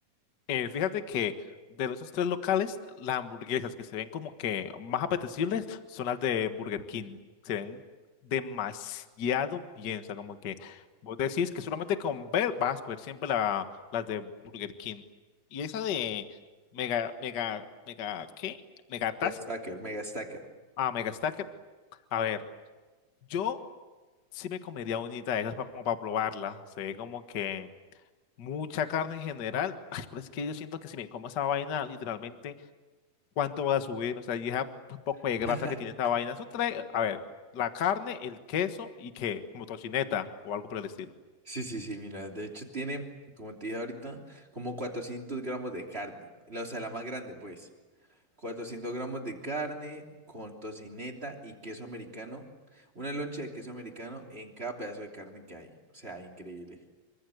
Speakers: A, on the left; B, on the right.
A: Eh, fíjate que de esos tres locales, las hamburguesas que se ven como que más apetecibles son las de Burger King. Se ven demasiado bien. O sea, como que vos decís que solamente con ver vas a escoger siempre la, las de Burger King. Y esa de Mega, Mega, Mega, ¿qué? Megatas
B: Mega Stacker, Mega Stacker.
A: Ah, mega stacker. A ver, yo sí me comería unita de esas pa- como para probarla. Se ve como que mucha carne en general. <laughs> Ay, pero es que yo siento que si me como esa vaina, literalmente, ¿cuánto voy a subir? O sea, y esa p- poco de
B: <laughs>
A: grasa que tiene esa vaina. Eso trae, a ver, la carne, el queso y que, como tocineta o algo por el estilo.
B: Sí, sí, sí, mira, de hecho tiene, como te dije ahorita, como 400 gramos de carne, la- o sea, la más grande, pues. 400 gramos de carne con tocineta y queso americano, una loncha de queso americano en cada pedazo de carne que hay, o sea, increíble.